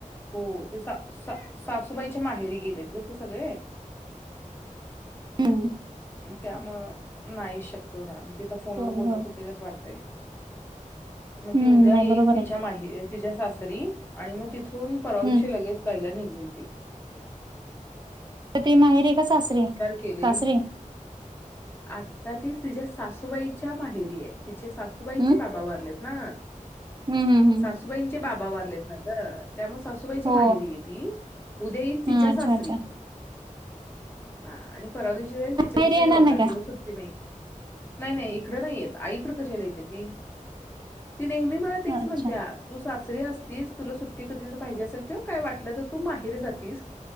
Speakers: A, on the left (about 15°); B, on the right (about 35°).
A: हो ते सासूबाईच्या माहेरी गेलेत सगळे
B: हम्म
A: त्यामुळं नाही शक्य होणार तिथं फोनवर
B: होय
A: बोलणं
B: होय
A: चुकीचच वाटतय मग
B: हम्म
A: ती उद्या
B: नाही
A: येईल
B: बरोबर
A: तिच्या
B: आहे
A: माही तिच्या सासरी आणि मग तिथून पवाजशी
B: हम्म
A: लगेच जायला निघ ते
B: तर ते माहेर आहे का सासरे
A: केले
B: सासरे
A: आता ती तिच्या्या सासूबाईच्या माहेरी आहे तिचे सासूबाईचे
B: हम्म
A: बाबा वारले ना
B: हम्म हम्म हम्म
A: सासूबाईंचे बाबा वारलेत ना का त्यामुळे सासूबाईची
B: हो
A: माहेरी आहे ती उद्यान तिच्या
B: हा
A: सासरी
B: अच्छा अच्छा
A: हा आणि परवा दिश ति जब
B: माहेरी येणार नाही का
A: त सुट नाही नाही इकड नाही आई का त नेहमी मला तेच
B: अच्छा
A: म्हणत्या तू दरी असस तुला सुट्टी कधी पाहिजे असेल किंवा काय वाटलं तर तू माहेरी जातस